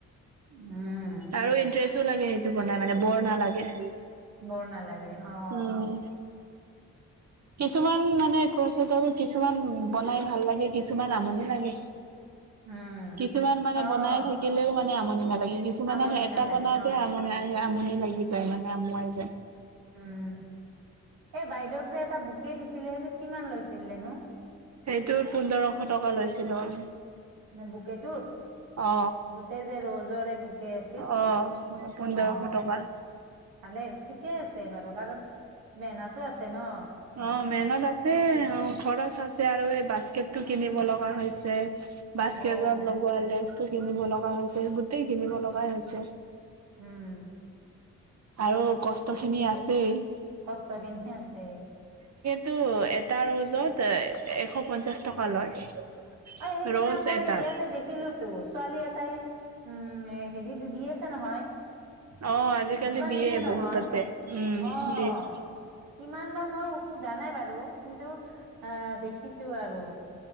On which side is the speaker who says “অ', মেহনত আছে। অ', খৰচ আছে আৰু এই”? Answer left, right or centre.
Right